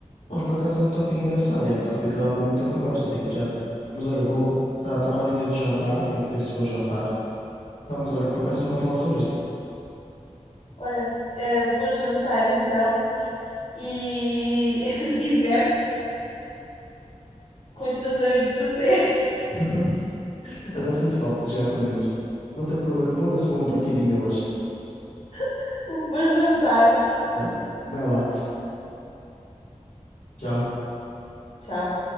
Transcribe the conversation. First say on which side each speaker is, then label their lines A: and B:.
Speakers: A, on the left; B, on the left.
A: Mas por acaso é um tópico engraçado. e É um tópico que dava para muita conversa, digo já. Mas olha, vou. Está tá tá na horinha de jantar. Tenho que ver se vou jantar. Pá, mas olha, por acaso vocês vão falar sobre isto.
B: Olha, eh, bom jantar então e <laughs> diverte com os teus amigos do CS.
A: <laughs> Eu já sinto falta de jogar com eles. Vou ter que ver, vou ver se vou uma partidinha hoje.
B: <laughs> Bom jantar.
A: Bem, vai lá. Tchau.
B: Tchau.